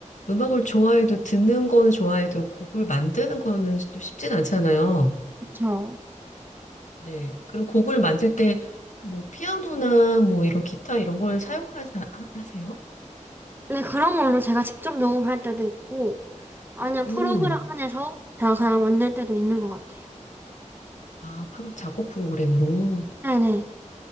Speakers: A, on the left; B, on the right.
A: 음악을 좋아해도 듣는 거는 좋아해도 곡을 만드는 거는 또 쉽진 않잖아요.
B: 그쵸.
A: 네. 그리고 곡을 만들 때 뭐 피아노나 뭐 이런 기타 이런 걸 사용하세요?
B: 근데 그런 걸로 제가 직접 녹음할 때도 있고 아니면 프로그램
A: 음.
B: 안에서 제가 그냥 만들 때도 있는 것 같아요.
A: 아, 프로 작곡 프로그램으로.
B: 네네.